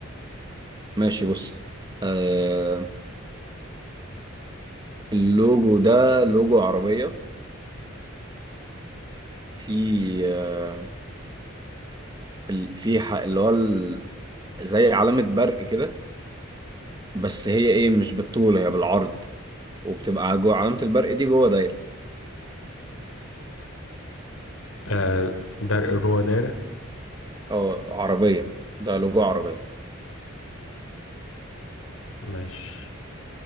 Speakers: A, on the right (about 20°); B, on the left (about 85°).
A: ماشي بص آه، اللوجو ده لوجو عربية في آه، ال- في ح- اللي هو ال- زي علامة برق كده بس هي ايه مش بالطول هي بالعرض وبتبقى جوه علامة البرق دي جوه دايرة
B: آه برق جوه دايرة
A: اه عربية ده لوجو عربية
B: مش